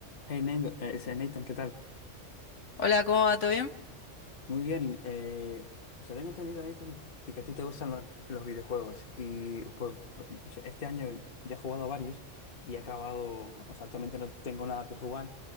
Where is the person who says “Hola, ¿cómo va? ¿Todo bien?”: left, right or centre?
Left